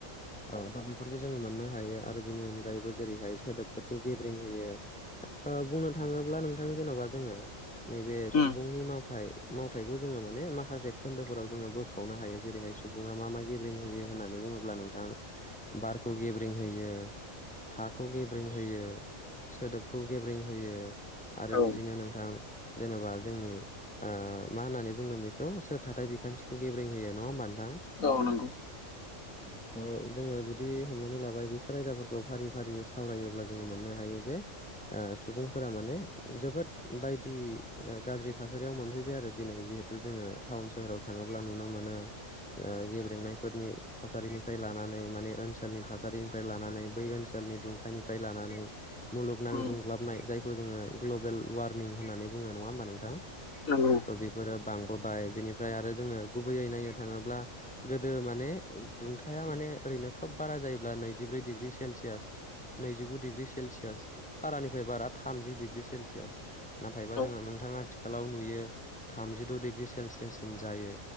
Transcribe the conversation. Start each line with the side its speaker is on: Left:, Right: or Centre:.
Centre: औ दा बेफोरखौ जोङो मोननो हायो आरो बिनि अनगायैबो जेरैहाय सोदोबफोरखौ गेब्रें होयो। ओ बुंनो थाङोब्ला नोंथां जेन'बा जोङो नैबे
Left: उम
Centre: सुबुंनि मावथाय मावथाइखौ जोङो माने माखासे खोन्दोफोराव जोङो बोखावनो हायो जेरैहाय सुबुङा मा मा गेब्रें होयो होननानै बुङोब्ला नों थां बारखौ गेब्रें होयो। हाखौ गेब्रिं होयो, सोदोबखौ गेब्रें होयो। आरो
Left: औ
Centre: बिदिनो नोंथां जेनेबा जोंनि ओ मा होननानै बुंदों बेखौ सोर थाथाय बिखान्थिखौ गेब्रें होयो नङा होमबा नोंथां।
Left: औ नंगौ।
Centre: औ थ' जोङो जुदि हमनानै लाबाय बेफोर आयदाफोरखौ फारि फारि सावरायोब्ला जोङो मोननो हायो जे ओ सुबुंफोरा माने जोबोद बायदि ओ गाज्रि थासारियाव मोनफैबाय आरो दिनै जिहेतु जोङो टाउन सोहोराव थाङोब्ला नुनो मोनो। ओ गेब्रेंनायफोरनि थासारिनिफ्राय लानानै माने ओनसोलनि थासारिनिफ्राय लानानै बै ओन सोलनि दुंथाइनिफ्राय लानानै मुलुगनां
Left: उम
Centre: दुंग्लाबनाय जायखौ जोङो ग्लबेल वार्मिं होननानै बुङो नङा होमबा नोंथां
Left: नोंगौ।
Centre: थ' बेफोरो बांबोबाय। बेनिफ्राय आरो जोङो गुबैयै नायनो थाङोब्ला गोदो माने दुंथाया माने ओरैनो खोब बारा जायोब्ला नैजिब्रै डिग्रि सेलसियास नैजिगु डिग्रि सेलसियास बारानिफ्राय बारा थामजि डिग्रि सेलसियास नाथायबा
Left: औ
Centre: जोंहा नोंथाङा आथिखालाव नुयो थामजिद' डिग्रि सेलसियाससिम जायो।